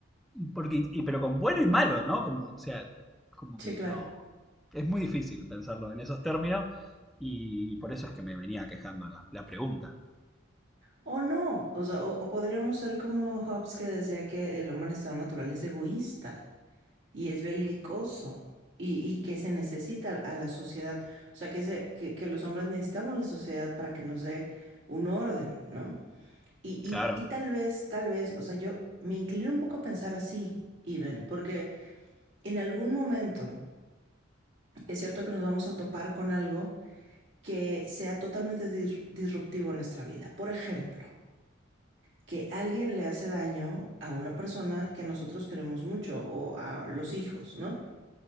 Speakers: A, in the centre; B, on the right.
A: Porque, y- pero con bueno y malo, ¿no? Como, o sea, como
B: Sí,
A: que
B: claro.
A: no. Es muy difícil pensarlo en esos términos. Y por eso es que me venía quejando la, la pregunta.
B: O no, o sea, o, o podríamos ser como Hobbes que decía que el hombre en estado natural es egoísta y es belicoso y, y que se necesita a la sociedad, o sea, que, se, que, que los hombres necesitamos la sociedad para que nos dé un orden, ¿no? Y, y,
A: Claro,
B: y tal vez, tal vez, o sea, yo me inclino un poco a pensar así, Iben, porque en algún momento es cierto que nos vamos a topar con algo que sea totalmente dir- disruptivo en nuestra vida. Por ejemplo, que alguien le hace daño a una persona que nosotros queremos mucho o a los hijos, ¿no?